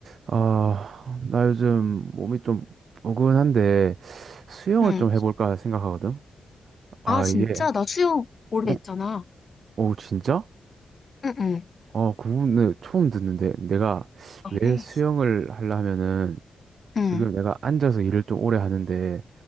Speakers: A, on the right (about 65°); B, on the left (about 40°).
A: 아, 나 요즘 몸이 좀 포근한데 수영을
B: 응.
A: 좀 해볼까 생각하거든. 아,
B: 아, 진짜?
A: 이게,
B: 나 수영 오래
A: 어?
B: 했잖아.
A: 오, 진짜?
B: 응, 응.
A: 어, 그분은 처음 듣는데 내가
B: 아,
A: 왜
B: 그래?
A: 수영을 하려면은
B: 응.
A: 지금 내가 앉아서 일을 좀 오래 하는데